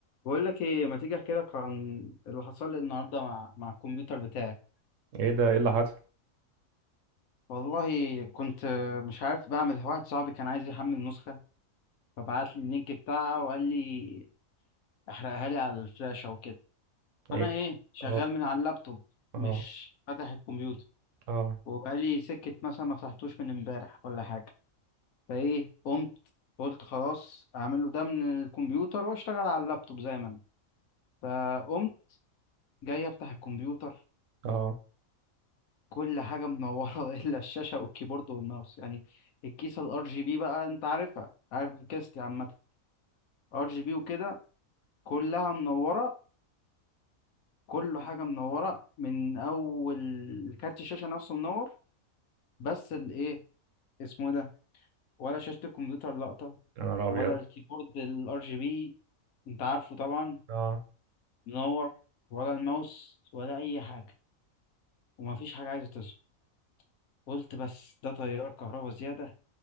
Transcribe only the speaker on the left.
بقول لك ايه ما تيجي احكي لك عن اللي حصل لي النهارده مع مع الكمبيوتر بتاعي
والله كنت مش عارف بعمل واحد صاحبي كان عايز يحمل نسخه فبعت لي اللينك بتاعها وقال لي احرقها لي على الفلاشه وكده
فانا ايه شغال
من على اللابتوب
مش فاتح الكمبيوتر
وبقالي سكه مثلا ما فتحتوش من امبارح ولا حاجه فايه قمت قلت خلاص اعمله ده من الكمبيوتر واشتغل على اللابتوب زي ما انا فقمت جاي افتح الكمبيوتر
كل حاجة منورة <laughs> إلا الشاشة والكيبورد والماوس يعني الكيسة الار جي بي بقى أنت عارفها عارف كيستي عامة ار جي بي وكده كلها منورة كل حاجة منورة من أول كارت الشاشة نفسه منور بس الإيه اسمه إيه ده ولا شاشة الكمبيوتر لقطة
ولا الكيبورد الار جي بي أنت عارفه طبعا
منور ولا الماوس ولا أي حاجة ومفيش حاجة عايزة تظهر قلت بس ده تيار كهربا زيادة